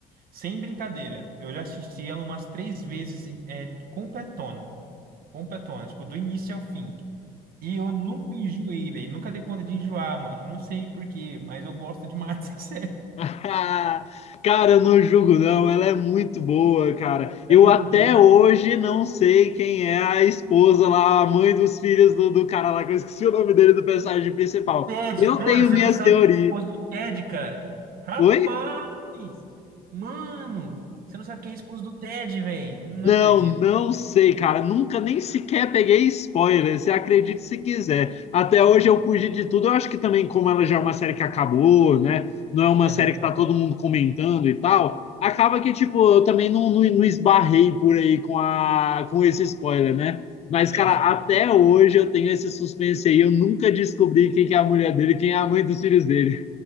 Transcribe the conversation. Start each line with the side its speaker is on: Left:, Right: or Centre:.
Right: sem brincadeira. Eu já assisti ela umas três vezes, em- é, completona. Completona, tipo, do início ao fim. E eu nunca enjoei, velho. Nunca dei conta de enjoar, mano. Não sei por quê, mas eu gosto demais <laughs> dessa série.
Left: <laughs> Cara, eu não julgo, não. Ela é muito boa, cara.
Right: É
Left: Eu
Right: muito
Left: até
Right: boa.
Left: hoje não sei quem é a esposa lá, a mãe dos filhos do, do cara lá, que eu esqueci o nome dele do personagem principal.
Right: Ted,
Left: Eu tenho
Right: mano, você
Left: minhas
Right: não sabe
Left: teorias.
Right: quem é o esposo do Ted, cara. Rapaz!
Left: Oi?
Right: Mano, você não sabe quem é o esposo do Ted, velho. Não
Left: Não,
Right: acredito.
Left: não sei, cara. Nunca nem sequer peguei spoiler. Você acredite se quiser. Até hoje eu fugi de tudo. Eu acho que também, como ela já é uma série que acabou, né? Não é uma
Right: Aham,
Left: série que tá todo mundo comentando e tal. Acaba que, tipo, eu também não, não, não esbarrei por aí com, a, com esse spoiler, né? Mas, cara,
Right: sim, sim.
Left: até hoje eu tenho esse suspense aí. Eu nunca descobri quem que é a mulher dele, quem é a mãe dos filhos dele.